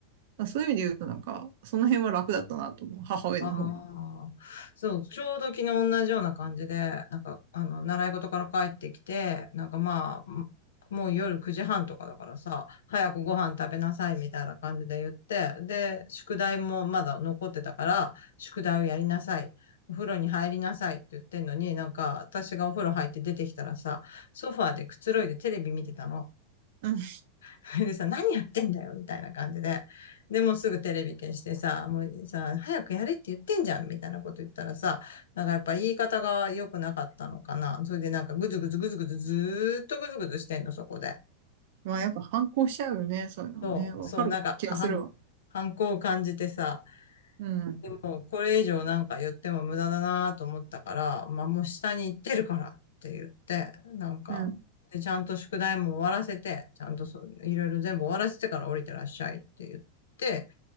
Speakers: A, on the right; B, on the left.
A: まあそういう意味で言うとなんか、その辺は楽だったなと思う、母親の方が。
B: ああ。そう、ちょうど昨日同じような感じで、なんか、あの、習い事から帰ってきて、なんかまあ、ももう夜9時半とかだからさ、早くご飯食べなさいみたいな感じで言って、で、宿題もまだ残ってたから、宿題をやりなさい。お風呂に入りなさいって言ってんのに、なんか私がお風呂入って出てきたらさ、ソファーでくつろいでテレビ見てたの。
A: うん
B: <laughs> でさ、何やってんだよ、みたいな感じで。で、もうすぐテレビ消してさ、もうさ、早くやれって言ってんじゃん、みたいなこと言ったらさ、なんかやっぱ言い方が良くなかったのかな。それでなんかぐずぐずぐずぐずずーっとぐずぐずしてんの、そこで。
A: まあ、やっぱ反抗しちゃうよね。そういうのはね。
B: そう、
A: わかる気がするわ。
B: そう、なんか反、反抗を感じてさ、
A: うん。
B: でもこれ以上なんか言っても無駄だなと思ったから、まあもう下に行ってるからって言って、なんか、
A: うん。
B: で、ちゃんと宿題も終わらせて、ちゃんとそう、いろいろ全部終わらせてから降りてらっしゃいって言って、